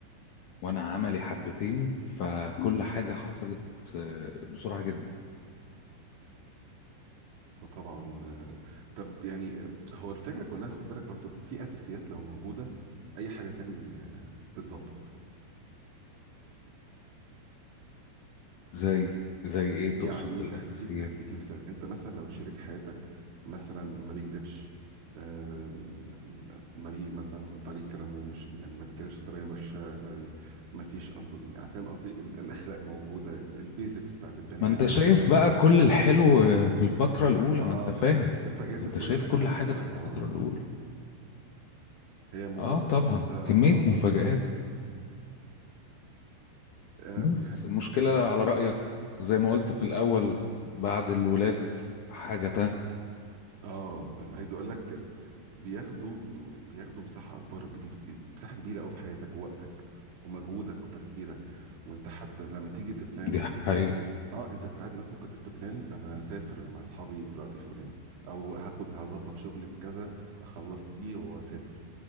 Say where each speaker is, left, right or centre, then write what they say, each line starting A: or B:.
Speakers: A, on the left; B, on the right.
A: وانا عملي حبتين فكل حاجة حصلت آه، بسرعة جدا
B: آه، طبعا آه، طب يعني آه، هو الفكره كلها خد بالك برضو في اساسيات لو موجوده اي حاجه تاني آه، تتظبط
A: زي زي ايه
B: يعني
A: تقصد الاساسيات
B: هديك هديك مثال انت مثلا لو شريك حياتك مثلا ما بيكذبش آم، ما بي مثلا طريق كلامه مش يعني ما بيتكلمش بطريقه وحشه ما, بي ما فيش ال- يعني فاهم قصدي ال- الاخلاق موجوده البيزكس بتاعت البني
A: ما انت
B: ادمين
A: شايف
B: موجوده
A: بقى كل الحلو في الفترة الأولى
B: اه
A: ما انت فاهم
B: فاتجهت
A: انت
B: في كل
A: شايف
B: حاجه
A: كل
B: بعد
A: حاجة
B: كده
A: في
B: اه
A: الفترة الأولى
B: اه هي موضوع
A: اه
B: المفاجآت
A: طبعا
B: ده
A: كمية
B: صعب
A: مفاجآت
B: أوي آه
A: بس
B: مح-
A: المشكلة على رأيك زي ما قلت في الأول بعد الولاد حاجة تانية
B: آه، أنا عايز أقول لك بياخدوا بياخدوا مساحة أكبر بيجيب مساحة كبيرة أوي في حياتك ووقتك ومجهودك وتفكيرك وأنت حتى لما تيجي تبلان
A: دي حقيقة
B: أه أنت في العادي مثلا كنت بتبلان أنا هسافر مع أصحابي في الوقت الفلاني أو هاخد هظبط شغلي في كذا أخلص دي وأسافر